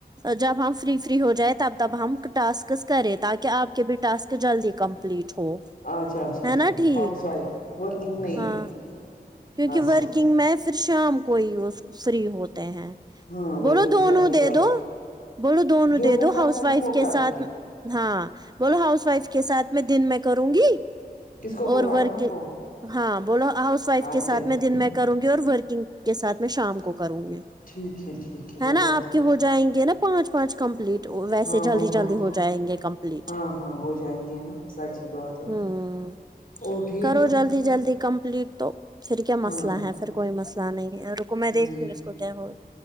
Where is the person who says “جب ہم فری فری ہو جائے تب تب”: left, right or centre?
Right